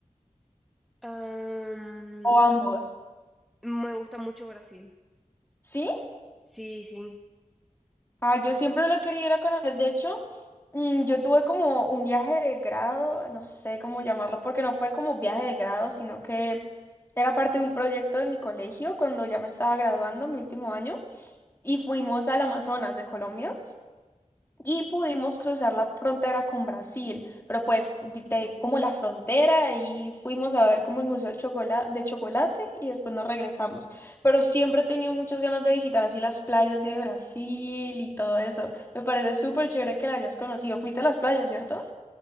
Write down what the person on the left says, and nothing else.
O ambos.
¿Sí?
Ah, yo siempre lo quería ir a conocer. De hecho, mm, yo tuve como un viaje de grado, no sé cómo llamarlo, porque no fue como viaje de grado, sino que era parte de un proyecto de mi colegio cuando ya me estaba graduando, mi último año, y fuimos al Amazonas de Colombia. y pudimos cruzar la frontera con Brasil, pero pues di- te digo, como la frontera y fuimos a ver como el Museo del Chocola- de Chocolate y después nos regresamos. Pero siempre he tenido muchas ganas de visitar así las playas de Brasil y todo eso. Me parece súper chévere que la hayas conocido. Fuiste a las playas, ¿cierto?